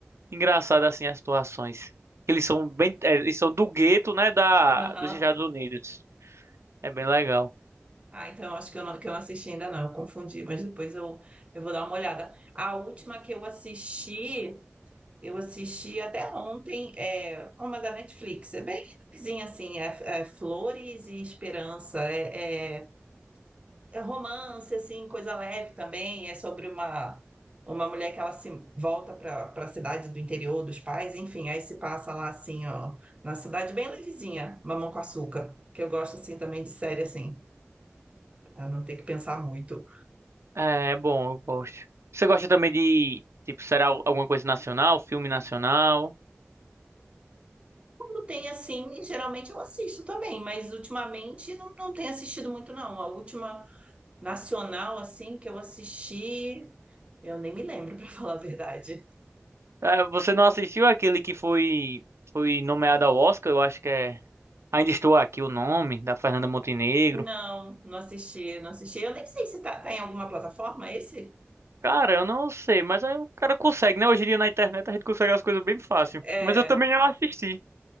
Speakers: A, on the right (about 75°); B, on the right (about 25°).
A: engraçado assim as situações. Eles são bem, é, eles são do gueto, né, da
B: Aham.
A: dos Estados Unidos. É bem legal.
B: Ah, então eu acho que eu não, que eu não assisti ainda não, eu confundi, mas depois eu, eu vou dar uma olhada. A última que eu assisti, eu assisti até ontem, é uma da Netflix, é bem vizinha assim, é, é Flores e Esperança, é, é- é romance, assim, coisa leve também, é sobre uma, uma mulher que ela se volta para a cidade do interior dos pais, enfim, aí se passa lá assim, ó, na cidade bem levezinha, Mamão com Açúcar, que eu gosto assim também de série assim, pra não ter que pensar muito.
A: É, é bom, eu gosto. Você gosta também de, tipo, será alguma coisa nacional, filme nacional?
B: Quando tem assim, geralmente eu assisto também, mas ultimamente não, não tenho assistido muito, não. A última nacional, assim, que eu assisti, eu nem me lembro, <laughs> para falar a verdade.
A: É, você não assistiu aquele que foi foi nomeado ao Oscar, eu acho que é Ainda Estou Aqui o nome, da Fernanda Montenegro.
B: Não, não assisti, não assisti. Eu nem sei se tá, tá em alguma plataforma esse.
A: Cara, eu não sei, mas aí o cara consegue, né? Hoje em dia na internet a gente consegue as coisas bem fácil.
B: É,
A: Mas eu também não assisti.